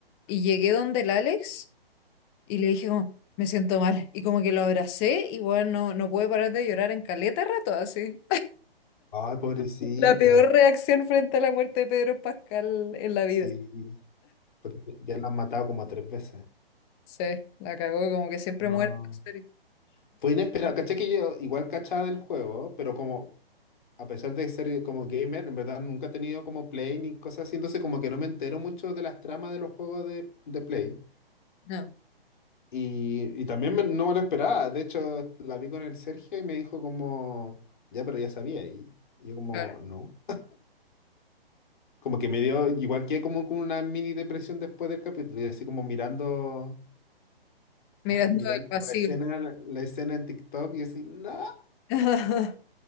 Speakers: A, on the left; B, on the left.
A: y llegué donde el Alex. Y le dije como, me siento mal. Y como que lo abracé y bueno, no, no pude parar de llorar en caleta rato así.
B: Ay, pobrecita.
A: <laughs> La peor reacción frente a la muerte de Pedro Pascal en la vida.
B: Sí. Porque ya la han matado como tres veces.
A: Sí, la cagó, como que siempre
B: No.
A: muere. en la serie.
B: Fue inesperado. Caché que yo igual cachaba del juego, pero como, a pesar de ser como gamer, en verdad nunca he tenido como Play ni cosas así, entonces como que no me entero mucho de las tramas de los juegos de, de Play.
A: No,
B: Y, y también me- no me lo esperaba. De hecho, la vi con el Sergio y me dijo como, ya, pero ya sabía. Y yo como,
A: claro.
B: no. Como que me dio, igual que como con una mini depresión después del capítulo, y así como mirando,
A: Mirando
B: <laughs> mirando
A: el vacío.
B: como la escena, la escena en TikTok, y así, no.
A: <laughs>